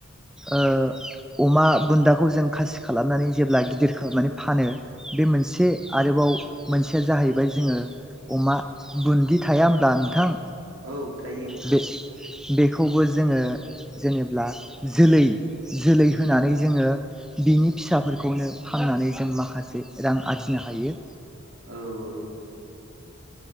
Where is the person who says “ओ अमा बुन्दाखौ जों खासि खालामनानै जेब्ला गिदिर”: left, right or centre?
Centre